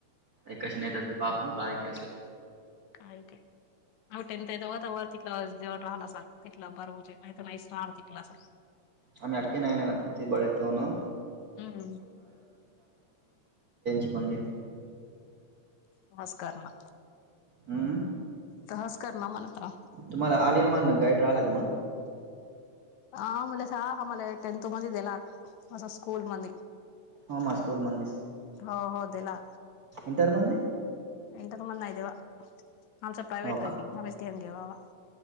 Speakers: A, on the right (about 55°); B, on the left (about 80°).
A: एक कच नताी पापम काय की असल.
B: काय टे त तिथलं जवळ राहिला अस सर तिथलं बरबूज नाही नाहीच राणार तिथलं असल
A: आणि अटके नाही नाही ना ते बरे तो ना.
B: हम्म
A: <unintelligible>
B: नमस्कार ना
A: उम्म.
B: तसंच करणार म्हणता.
A: तुम्हाला आलीन मन गाड राहिला कि म
B: आ म्हलासा हामला टेंथ मध्ये दिला असं स्कूल मधी.
A: हो माजकोल मंदिस.
B: हो हो देला.
A: इंटर मंदे.
B: इंटर्यू मण नाही देवा आमच प्रायव्हेट
A: हो
B: होय की आम्हीच घेऊन घेवावा.